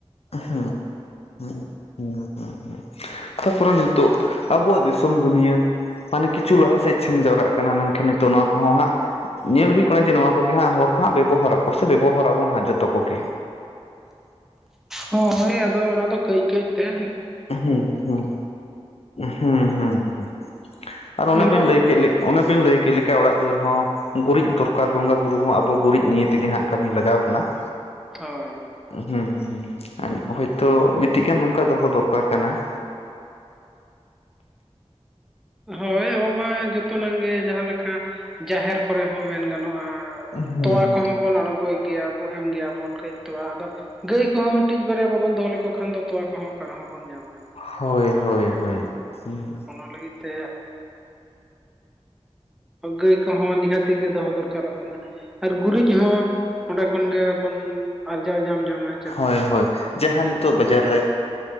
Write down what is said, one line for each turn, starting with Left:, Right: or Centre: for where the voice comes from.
Left: ᱦᱩᱸ ᱦᱩᱸ ᱦᱩᱸ ᱦᱩᱸ ᱛᱟᱯᱚᱨᱮ ᱱᱤᱛᱳᱜ ᱟᱵᱚᱣᱟᱜ ᱫᱤᱥᱚᱢ ᱫᱩᱱᱤᱭᱟᱹ᱾ ᱢᱟᱱᱮ ᱠᱤᱪᱷᱩ ᱞᱟᱦᱟ ᱥᱮᱫ ᱥᱮᱱ ᱡᱟᱣᱨᱟᱜ ᱠᱟᱱᱟ ᱢᱮᱱᱠᱷᱟᱱ ᱱᱤᱛᱳᱜ ᱱᱚᱣᱟ ᱠᱚᱦᱚᱸ ᱦᱟᱸᱜᱼᱼ ᱧᱮᱞ ᱦᱩᱭᱩᱜ ᱠᱟᱱᱟ ᱡᱮ ᱱᱚᱣᱟ ᱠᱚᱜᱮ ᱦᱟᱸᱜ ᱦᱚᱲ ᱠᱚ ᱦᱟᱸᱜ ᱵᱮᱵᱚᱦᱟᱨ ᱟᱠᱚ ᱥᱮ ᱵᱮᱵᱚᱦᱟᱨ ᱟᱵᱚᱱ ᱦᱟᱸᱜ ᱡᱚᱛᱚ ᱠᱚᱜᱮᱼᱼ
Centre: ᱦᱳᱭ ᱟᱫᱚ ᱚᱱᱟ ᱫᱚ ᱠᱟᱹᱡ ᱠᱟᱹᱡ ᱛᱮᱼᱼ
Left: ᱦᱩᱸ ᱦᱩᱸ ᱦᱩᱸ ᱦᱩᱸ ᱦᱩᱸ ᱟᱨ ᱚᱱᱮ
Centre: ᱱᱚᱝᱠᱟ
Left: ᱵᱤᱱ ᱞᱟᱹᱭ ᱠᱮᱫ ᱚᱱᱮ ᱵᱤᱱ ᱞᱟᱹᱭ ᱠᱮᱫ ᱞᱮᱠᱟ ᱚᱲᱟᱜ ᱫᱩᱣᱟᱹᱨ ᱦᱚᱸ ᱜᱩᱨᱤᱡ ᱫᱚᱨᱠᱟᱨ ᱵᱚᱸᱜᱟ ᱵᱩᱨᱩ ᱦᱚᱸ ᱟᱵᱚ ᱜᱩᱨᱤᱡ ᱱᱤᱭ ᱛᱮᱜᱮ ᱦᱟᱸᱜ ᱠᱟᱹᱢᱤ ᱞᱟᱜᱟᱣ ᱵᱚᱱᱟ ᱾
Centre: ᱦᱳᱭ ᱾
Left: ᱦᱩᱸ ᱦᱩᱸ ᱦᱳᱭᱛᱚ ᱢᱤᱫᱴᱤᱡ ᱜᱟᱱ ᱱᱚᱝᱠᱟ ᱫᱚᱦᱚ ᱫᱚᱨᱠᱟᱨ ᱠᱟᱱᱟ ᱾
Centre: ᱦᱳᱭ ᱟᱵᱚ ᱢᱟ ᱡᱚᱛᱚᱱᱟᱝ ᱜᱮ ᱡᱟᱦᱟᱸ ᱞᱮᱠᱟ ᱡᱟᱦᱮᱨ ᱠᱚᱨᱮ ᱦᱚᱸ ᱢᱮᱱ ᱜᱟᱱᱚᱜᱼᱟ ᱾
Left: ᱦᱩᱸ
Centre: ᱛᱚᱣᱟ ᱠᱚᱦᱚᱸ ᱵᱚᱱ ᱟᱬᱜᱳᱭ ᱜᱮᱭᱟ ᱵᱚ ᱮᱢ ᱜᱮᱭᱟᱵᱚᱱ ᱠᱟᱹᱡ ᱛᱚᱣᱟ ᱟᱫᱚ ᱜᱟᱹᱭ ᱠᱚᱦᱚᱸ ᱢᱤᱹᱴᱤᱡ ᱵᱟᱨᱭᱟ ᱵᱟᱵᱚᱱ ᱫᱚᱦᱚ ᱞᱮᱠᱚ ᱠᱷᱟᱱ ᱫᱚ ᱛᱚᱣᱟ ᱠᱚᱦᱚᱸ ᱚᱠᱟ ᱨᱮᱦᱚᱸ ᱵᱚᱱ ᱧᱟᱢᱟ
Left: ᱦᱳᱭ ᱦᱳᱭ
Centre: ᱦᱮᱸ
Left: ᱦᱳᱭ ᱦᱩᱸ
Centre: ᱚᱱᱟ ᱞᱟᱹᱜᱤᱫ ᱛᱮ ᱜᱟᱹᱭ ᱠᱚᱦᱚᱸ ᱱᱤᱦᱟᱹᱛᱤ ᱜᱮ ᱫᱚᱦᱚ ᱫᱚᱨᱠᱟᱨᱚᱜ ᱠᱟᱱᱟ ᱟᱨ ᱜᱩᱨᱤᱡ ᱦᱚᱸ ᱚᱸᱰᱮ ᱠᱷᱚᱱ ᱜᱮᱵᱚᱱ ᱟᱨᱡᱟᱣ ᱧᱟᱢ ᱡᱚᱝᱼᱟ᱾
Left: ᱦᱳᱭ ᱦᱳᱭ ᱡᱟᱦᱟᱸ ᱱᱤᱛᱚᱜ ᱵᱟᱡᱟᱨ ᱨᱮ